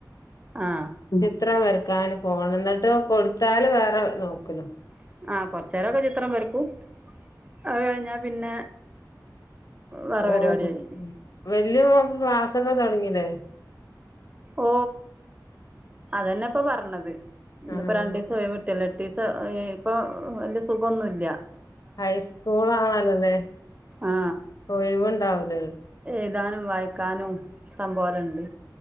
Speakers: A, on the right; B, on the left.
A: ആ
B: ചിത്രം വര <unintelligible> ക്കൻ ഫോൺ ന്നിട്ടോ കൊടുത്താല് വേറെ നോക്കലും
A: <inaudible> ചിത്രം വരയ്ക്കും അത് കഴിഞ്ഞാൽ പിന്നെ വേറെ
B: ഓ
A: പരിപാടിയായി
B: <inaudible> സൊക്കെ തൊടങ്ങീലെ
A: ഓ അതന്നെപ്പൊ പറഞ്ഞത് ഇന്നിപ്പൊ
B: ആഹ്
A: രണ്ടീസം ഒയിവ് കിട്ട്യല്ലോ എട്ടീസം ഇപ്പൊ വല്യ സുഗൊന്നുല്ല
B: ഹൈസ്കൂൾ ആണല്ലോെലെ
A: ആ
B: ഒയിവ്ണ്ടാവൂലേ
A: എയ്താനും വായിക്കാനും ഇഷ്ടംപോലെണ്ട്